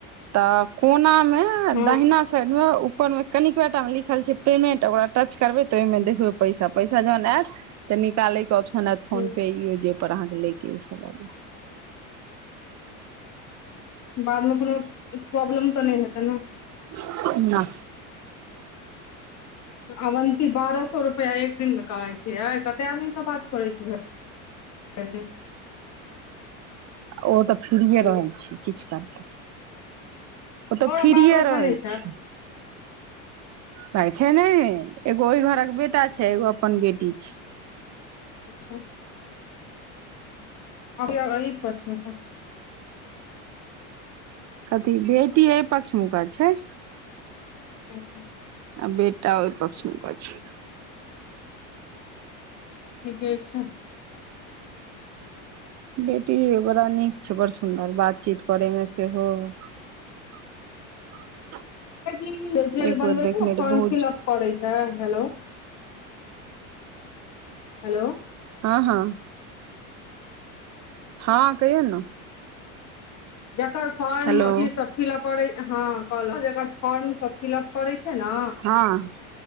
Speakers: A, on the right; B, on the left.
A: तऽ कोनामे
B: हँ
A: दहिना साइडमे ऊपरमे कनिकटामे लिखल छै पेमेंट ओकरा टच करबे तऽ ओहिमे देखबै पैसा पैसा जहन आयत। तऽ निकालयके ऑप्शन आयत फोनपे,
B: हँ
A: जेहिर अहाँकेँ लऽ कऽ से लऽ लेत।
B: बादमे कोनो प्रॉब्लम तऽ नहि हेतै ने।
A: ह।
B: अवन्ती बारह सए रुपैआ एक दिनमे कमाइ छियै कते आदमीसँ बात करै छै। भरि दिन।
A: ओ तऽ फ्रेये
B: हेलो
A: रहैत छै किछु करतै ओ तऽ
B: और
A: फ्रिये
B: बाल बच्चा
A: रहै
B: नहि
A: छै। कहै छै, ने एगो ओहि घरक बेटा छै, एगो अपन बेटी छै,
B: अच्छा। अ <unintelligible>
A: कथी बेटी एहि पक्ष मुक छै।
B: अच्छा।
A: आ बेटा ओहि पक्षन छै।
B: ठीके छै।
A: बेटी बड़ा निक छै, बड़ सुन्दर बातचीत करेमे सेहो <inaudible>
B: जेल
A: एक
B: बनबे
A: बेर देखने
B: छै, ने
A: रहे
B: फॉर्म
A: बहुत
B: फिलअप करै छै, हेलो। हेलो।
A: हँ, हँ। हँ कहियौ ने।
B: जकर फॉर्म
A: हेलो
B: अथि सब फिलप करै हँ कहलौ जकर फॉर्म सब फिलअप करै छैय ने
A: हँ